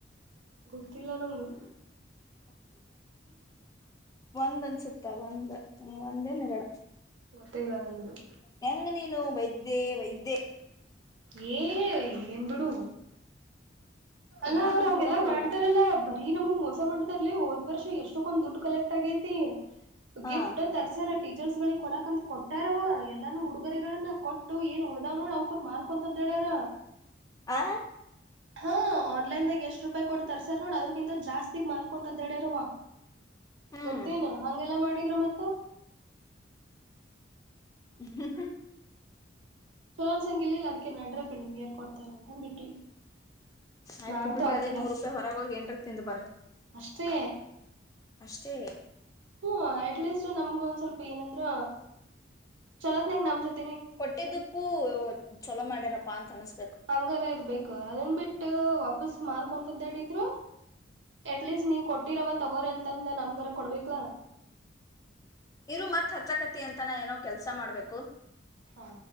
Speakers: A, on the right (about 85°); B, on the left (about 20°).
A: ಗೊತ್ತಿಲ್ಲ ನಮಂಗು
B: ಒಂದ್ ಅನ್ಸುತ್ತ ಒಂದ ಒಂದೇನ್ರಡ
A: ಗೊತ್ತೇ ಇಲ್ಲ ನಂಗದು
B: ಹೆಂಗ ನೀರು ವೈದ್ಯೆ ವೈದ್ಯೆ
A: ಏ ಏನ್ ಬಿಡು ಅಲ್ಲಾ
B: ಇದ್ನ
A: ಅವ್ರು
B: ನೆನ್ಪಿಡಕ್
A: ಹಂಗೆಲ್ಲ
B: ಆಗಲ್ಲ
A: ಮಾಡ್ತಾರಲ್ಲಾ ಬರೀ ನಮಗ್ ಮಸ ರ್ಲಿ ಹೋದ್ ವರ್ಷ ಎಷ್ಟಕ್ಕೊಂದ್ ದುಡ್ಡು ಕಲೆಕ್ಟ್ ಆಗೈತಿ
B: ಹಾ
A: ಗಿಫ್ಟ್ ತರ್ಸ ಟೀಚರ್ಸ್ ಗಳಿಗೆ ಕೊಡಕಂತ ಕೊಟ್ಟಾರವ ಎಲ್ಲಾನೂ ಉಡುಗರೆಗಳನ್ನ ಕೊಟ್ಟ ಏನ್ ಉಳ್ದಾವ್ ನೋಡ ಅವಕರು ಮಾರ್ಕೊಂತದ್ದ ಡಾರ
B: ಆ
A: ಹಾ ಆನ್ಲೈನ್ದಾಗ ಎಷ್ಟು ರೂಪಾಯಿ ಕೊಡ್ತರ್ ಸರ್ ನೋಡ ಅದಕ್ಕಿ ಜಸ್ತಿ ಮಾರ್ಕ್ಂತ ಡರ್ರುವ
B: ಹ್ಮ್
A: ಗೊತ್ತೇನ್ ಹಂಗೆಲ್ಲ ಮಾಡಿದ್ರ ಮತ್ತ <inaudible>
B: ಹ್ಮ ಹ್ಮ
A: ಚಲೋನ್ಸಂಗಿ ಇಲ್ಲ ಅದಕಕ್ಕೆ ನಡ್ರಕಕ್ ನಿಮ್ಗೆ ಯಾರ್ ಕೊಡ್ತಾರ ಅಂತಂದ ಬಿಟ್ವಿ
B: ಆಯ್ತು
A: ನಾನ್ಂತೂ
B: ಬಿಡ್ರಿ
A: ಹಾಕಿಲ್ಲ
B: ಅದೇ ನೂರು ರೂಪಾಯಿ ಹೊರಗೆ ಹೋಗಿ ಏನ್ರ ತಿಂದು ಬರ
A: ಅಷ್ಟೇ
B: ಅಷ್ಟೇ
A: ಹ್ಮ ಅಟ್ಲೀಸ್ಟ್ ನಮ್ಗ ಒಂದ್ ಸ್ವಲ್ಪ ಏನಂದ್ರ ಚಲತ್ನಾಗ ನಮ್ ಜೊತೆ
B: ಕೊಟ್ಟಿದ್ದಕ್ಕೂ ಚೊಲೋ ಮಾಡ್ಯಾರಪ್ಪಾ ಅಂತ ಅನ್ಸ್
A: ಹಂಗಾರ ಇರ್ಬೇಕು ಅದನ್ ಬಿಟ್ಟ ವಾಪಸ ಮಾರ್ಕೊಂತದ್ದಡಿದ್ರು ಎಟ್ಲೀಸ್ಟ್ ನೀವ್ ಕೊಟ್ಟಿರವ ತಗೋರ ಅಂತಂದ ನಮ್ಗರ ಕೊಡ್ಬೇಕಲಾ
B: ಇರು ಮತ್ತ್ ಹಚ್ಚಕತಿ ಅಂತಾನ ಏನೋ ಕೆಲ್ಸ ಮಾಡ್ಬೇಕು
A: ಹಾ